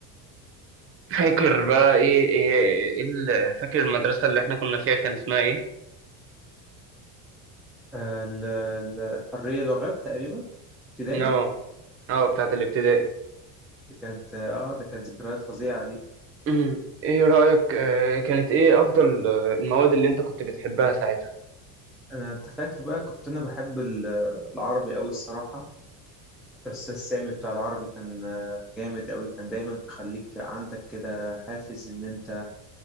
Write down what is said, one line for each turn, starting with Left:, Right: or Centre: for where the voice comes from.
Right: فاكر بقى إيه إيه, إيه ال- فاكر المدرسة اللي إحنا كنا فيها كان اسمها إيه؟
Centre: آه، ال- ال- الحرية لغات تقريبا ابتدائي
Right: آه آه بتاعت الابتدائي
Centre: كانت اه آه، ده كانت ذكريات فظيعة دي
Right: أمم، إيه رأيك آه، كانت إيه أفضل آه، المواد اللي أنت كنت بتحبها ساعتها؟
Centre: انا انت فاكر بقى كنت انا بحب ال- العربي قوي الصراحة الأستاذ سامي بتاع العربي كان آه، جامد أوي كان دايما بيخليك عندك كده حافز إن أنت